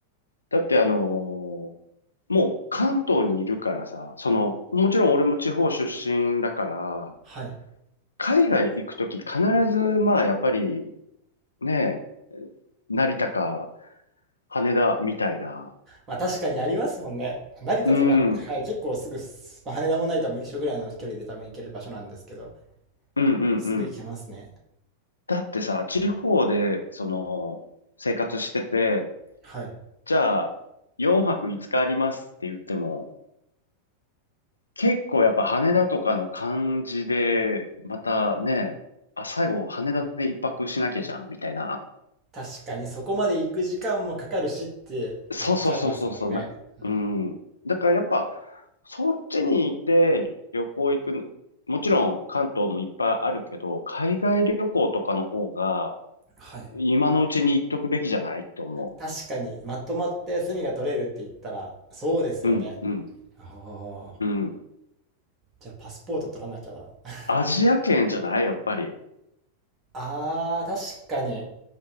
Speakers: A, on the left; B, on the right.
A: だってあのーもう関東にいるからさ、その、もちろん俺も地方出身だから、
B: はい。
A: 海外行くとき必ず、まあやっぱりね、成田か羽田みたいな。
B: まあ確かにありますもんね。成田とか、
A: うん、うん
B: はい、結構すぐす、まあ、羽田も成田も一緒ぐらいの距離で多分行ける場所なんですけど、
A: うんうん。
B: すぐ行けますね。
A: だってさ、地方で、その、生活してて、
B: はい。
A: じゃあ、4泊5日ありますって言っても、結構やっぱ羽田とかの感じで、またね、あ、最後羽田で一泊しなきゃじゃん、みたいな。
B: 確かにそこまで行く時間もかかるしってなっちゃいますもんね。
A: そうそうそうそうそう、な、
B: うん、
A: うん。だからやっぱ、そっちにいて旅行行く、もちろん関東もいっぱいあるけど、海外旅行とかの方が、
B: はい。
A: 今のうちに行っとくべきじゃないって思
B: 確かに、まとまって休みが取れるって言ったら、そうですよね。
A: う。うん、うん、
B: ああ。
A: うん。
B: じゃあ、パスポート取らなきゃだ。<laughs>
A: アジア圏じゃないやっぱり。
B: ああ、確かに。